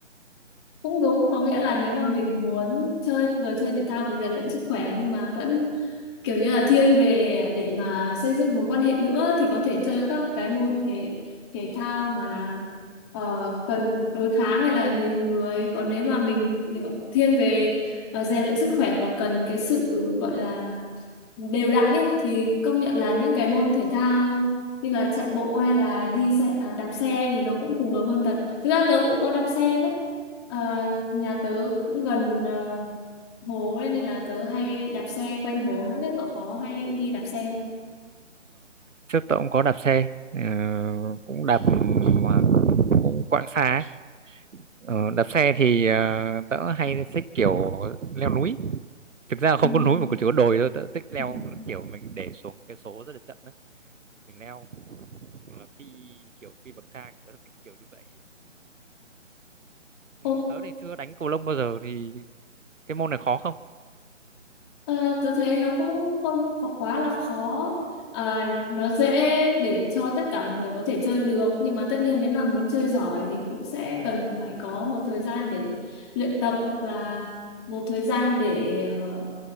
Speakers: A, on the left; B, on the right.
A: Cũng đúng, có nghĩa là nếu mà mình muốn chơi vừa chơi thể thao vừa rèn luyện sức khỏe nhưng mà vẫn kiểu như là thiên về để mà xây dựng mối quan hệ nữa thì có thể chơi các cái môn thể thể thao mà ờ, cần đối kháng hay là nhiều người. Còn nếu mà mình kiểu thiên về ờ, rèn luyện sức khỏe và cần cái sự gọi là đều đặn ấy thì công nhận là những cái môn thể thao như là chạy bộ hay là đi xe à, đạp xe thì nó cũng phù hợp hơn thật thực ra tớ cũng có đạp xe đấy à, nhà tớ cũng gần à, hồ ấy, nên là tớ hay đạp xe quanh hồ không biết cậu có hay đi đạp xe không?
B: trước tôi cũng có đạp xe ờ, cũng đạp mà cũng quãng xa ấy. Ờ, đạp xe thì uh, tớ hay thích kiểu leo núi thực ra là không
A: Ừ.
B: có núi mà chỉ có đồi thôi tớ thích leo
A: Ừ.
B: kiểu mình để xuống cái số rất là chậm đấy mình leo hoặc là phi kiểu phi bậc thang tớ thích kiểu như vậy ừ,
A: Ừ.
B: tớ thì chưa đánh cầu lông bao giờ thì cái môn này khó không
A: Ờ, tôi thấy nó cũng không khó, quá là khó à, nó dễ để cho tất cả mọi người có thể chơi được nhưng mà tất nhiên nếu mà muốn chơi giỏi thì cũng sẽ cần phải có một thời gian để luyện tập hoặc là một thời gian để ờ,